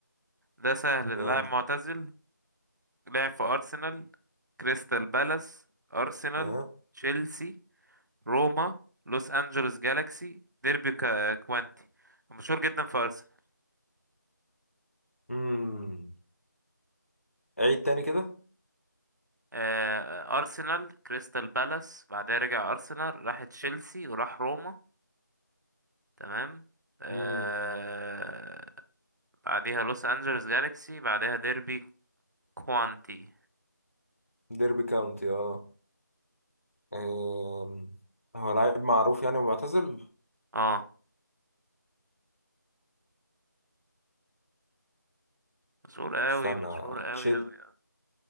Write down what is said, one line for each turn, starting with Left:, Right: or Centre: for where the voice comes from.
Right: ده سهل
Left: يلا
Right: ده لاعب معتزل لعب في أرسنال كريستال بالاس أرسنال
Left: ها
Right: تشيلسي روما لوس أنجلوس جالاكسي ديربي كا- كوانتي مشهور جدا في أرسنال
Left: امم عيد تاني كده
Right: آه، أرسنال كريستال بالاس بعدها رجع أرسنال راح تشيلسي وراح روما تمام آه،
Left: امم
Right: بعديها لوس أنجلوس جالاكسي بعدها ديربي كوانتي
Left: ديربي كاونتي اه أم، هو لعيب معروف يعني ومعتزل
Right: اه مشهور قوي
Left: استنى
Right: مشهور قوي
Left: تشيل
Right: قوي